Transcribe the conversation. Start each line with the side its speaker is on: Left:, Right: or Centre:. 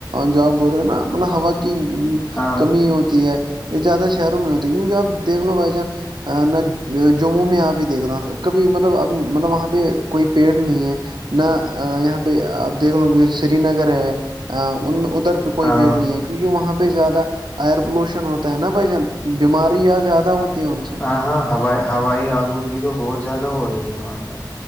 Right: جو آپ بول رہے ہو نا مطلب ہوا کی
Left: ہاں
Right: کمی ہوتی ہے یہ زیادہ شہروں میں ہوتی ہے کیونکہ آپ دیکھ لو بائی چانس نہ جموں میں آپ ہی دیکھ رہا کبھی مطلب مطلب وہاں پہ کوئی پیڑ نہیں ہے نہ یہاں پہ آپ دیکھ لو یہ سری نگر ہے ان میں ادھر پہ کوئی
Left: ہاں
Right: پیڑ نہیں ہے کہ کیونکہ وہاں پہ زیادہ ایئر پولوشن ہوتا ہے نا بھ جن بیماری یا زیادہ ہوتی ہیں ان سے
Left: ہاں ہاں ہوائی آلودگی تو بہت زیادہ ہو رہی ہے وہاں پر